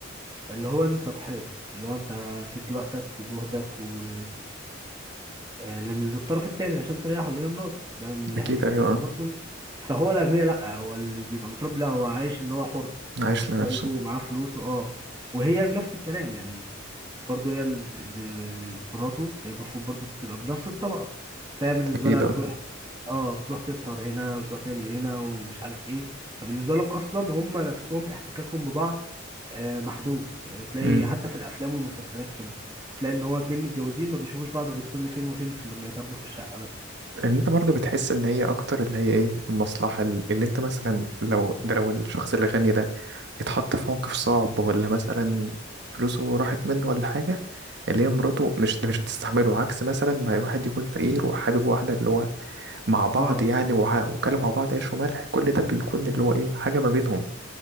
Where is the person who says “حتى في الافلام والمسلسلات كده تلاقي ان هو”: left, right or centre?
Right